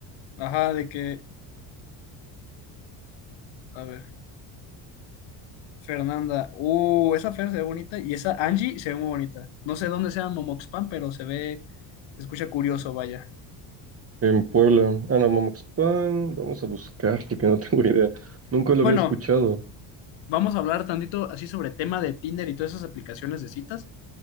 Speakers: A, on the left; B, on the right.
A: Ajá, de que, a ver, Fernanda. Uh, esa Fer se ve bonita y esa Angie se ve muy bonita. No sé dónde sea Momoxpan, pero se ve, se escucha curioso, vaya.
B: En Puebla. Ah, no, Mamoxpan. Vamos a buscar porque no tengo idea. Nunca lo
A: Bueno,
B: había escuchado.
A: vamos a hablar tantito así sobre tema de Tinder y todas esas aplicaciones de citas